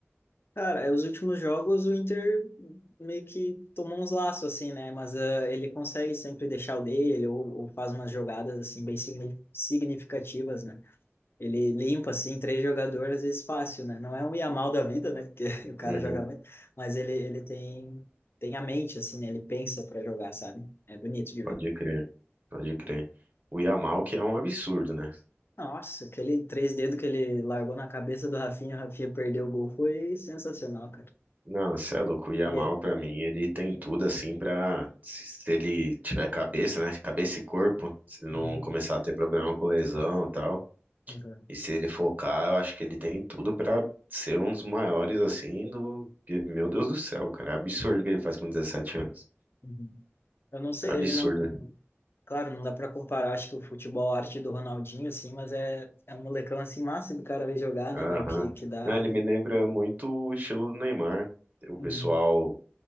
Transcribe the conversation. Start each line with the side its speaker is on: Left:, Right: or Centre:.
Left: Cara, é, os últimos jogos o Inter meio que tomou uns laços, assim, né? Mas ah, ele consegue sempre deixar o dele ou, ou faz umas jogadas, assim, bem signi- significativas, né? Ele limpa, assim, três jogadores, às vezes fácil, né? Não é um Yamal da vida, né? Porque <laughs> o cara
Right: Uhum,
Left: joga muito, mas ele, ele tem, tem a mente, assim, né? Ele pensa para jogar, sabe? É bonito de
Right: pode
Left: ver.
Right: crer, pode crer. O Yamal que é um absurdo, né?
Left: Nossa, aquele três dedos que ele largou na cabeça do Rafinha, o Rafinha perdeu o gol, foi sensacional, cara.
Right: Não, você é louco. O Yamal,
Left: E é.
Right: pra mim, ele tem tudo assim pra. Se se ele tiver cabeça, né? Cabeça e corpo, se ele
Left: Uhum,
Right: não começar a ter problema com lesão e tal.
Left: uhum,
Right: E se ele focar, eu acho que ele tem tudo pra ser um dos maiores, assim, do. que, Meu Deus do céu, cara. É absurdo o que ele faz com 17 anos.
Left: uhum. Eu não sei,
Right: Absurdo.
Left: ele não.
Right: né?
Left: Claro, não dá para comparar, acho que o futebol arte do Ronaldinho, assim, mas é, é um molecão, assim, massa do cara ver jogar, né,
Right: Aham.
Left: meu? Que, que dá.
Right: Não, ele me lembra muito o estilo do Neymar. O pessoal
Left: Uhum,